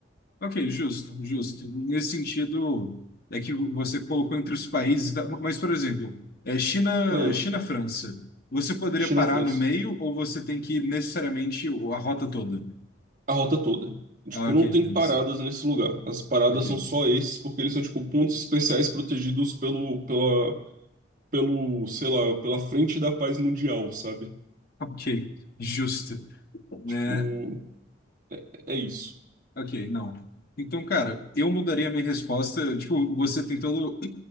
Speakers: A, on the left; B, on the right.
A: Ok, justo, justo. Nesse sentido, é que você colocou entre os países, e mas, por exemplo, é China,
B: Ah,
A: China, França. Você poderia
B: China-França.
A: parar no meio ou você tem que ir necessariamente a rota toda?
B: A rota toda. Tipo,
A: Ah, Ok,
B: não tem
A: beleza.
B: paradas nesse lugar. As paradas
A: Ok.
B: são só esses porque eles são, tipo, pontos especiais protegidos pelo, pela, pelo, sei lá, pela frente da paz mundial, sabe?
A: Ok. Justo, né?
B: Tipo. É isso.
A: Ok, não. Então, cara, eu mudaria a minha resposta. Tipo, você tem todo,